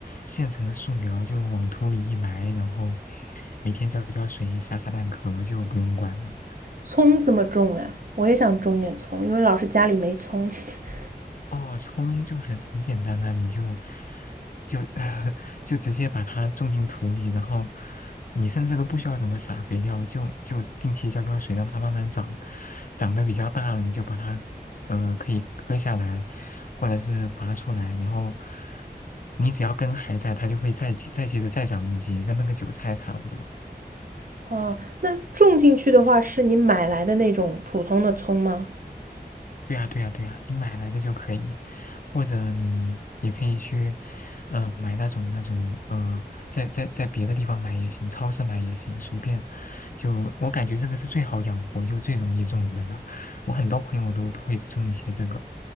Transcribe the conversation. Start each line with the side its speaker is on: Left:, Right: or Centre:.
Left: 现成的树苗，就往土里一埋，然后每天浇浇水、撒撒蛋壳就不用管了。
Right: 葱怎么种呀？我也想种点葱，因为老是家里没葱。<laughs>
Left: 哦，葱就很很简单啊，你就就 <laughs> 就直接把它种进土里，然后你甚至都不需要怎么撒肥料，就就定期浇浇水，让它慢慢长，长得比较大了，你就把它呃可以割下来，或者是拔出来，然后你只要根还在，它就会再接再接着再长一节，跟那个韭菜差不多。
Right: 哦，那种进去的话，是你买来的那种普通的葱吗？
Left: 对呀，对呀，对呀，你买来的就可以，或者你也可以去，呃，买那种那种呃，在在在别的地方买也行，超市买也行，随便。就我感觉这个是最好养活，就最容易种的了。我很多朋友都都会种一些这个，